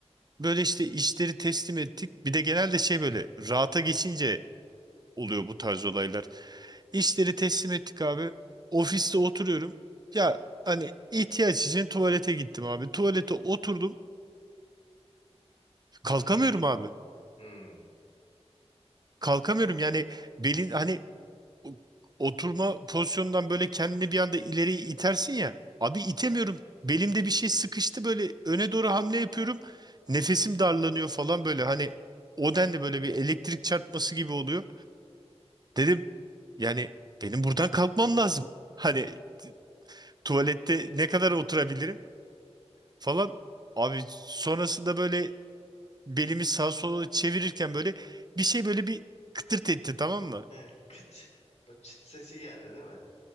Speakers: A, on the right; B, on the left.
A: böyle işte işleri teslim ettik. Bir de genelde şey böyle rahata geçince oluyor bu tarz olaylar. İşleri teslim ettik abi. Ofiste oturuyorum. Ya hani ihtiyaç için tuvalete gittim abi. Tuvalete oturdum. Kalkamıyorum
B: Hı hı.
A: abi.
B: Hı.
A: Kalkamıyorum yani belin hani o- oturma pozisyonundan böyle kendini bir anda ileri itersin ya. Abi itemiyorum. Belimde bir şey sıkıştı böyle öne doğru hamle yapıyorum. Nefesim darlanıyor falan böyle hani o denli böyle bir elektrik çarpması gibi oluyor. Dedim yani benim buradan kalkmam lazım. Hani tuvalette ne kadar oturabilirim falan. Abi sonrasında böyle belimi sağa sola çevirirken böyle bir şey böyle bir kıtırt etti tamam mı?
B: He, Kıt. O çıt sesi geldi değil mi?